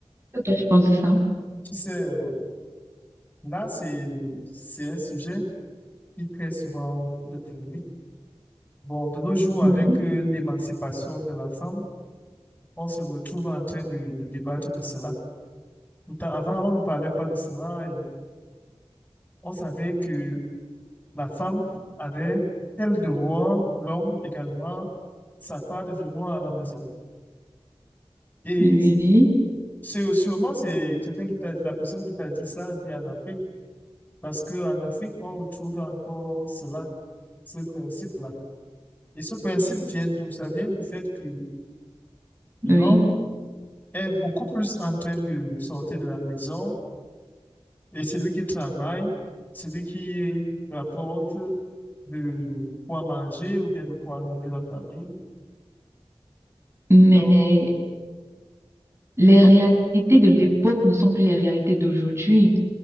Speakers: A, on the right; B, on the left.
A: Toi, tu penses de ça?
B: tu sais, euh, là, c'est, c'est un sujet qui crée souvent beaucoup de polémiques. Bon, de nos jours, avec
A: Ouais.
B: euh, l'émancipation de la femme, on se retrouve en train de, de débattre de cela. Pourtant, avant, on ne parlait pas de cela et on savait que la femme avait tel devoir, l'homme également, sa part de devoir à la maison. Et
A: Oui,
B: c'est sûrement, c'est quelqu'un qui t'a dit, la personne qui t'a dit ça, elle dit en Afrique. Parce qu'en Afrique, on retrouve encore cela, ce principe-là. Et ce principe vient d'où? Ça vient du fait que l'homme
A: oui.
B: est beaucoup plus en train de sortir de la maison et c'est lui qui travaille, c'est lui qui rapporte de quoi manger ou bien de quoi nourrir la famille.
A: Mais
B: Donc,
A: les
B: bon,
A: réalités de l'époque ne sont plus les réalités d'aujourd'hui.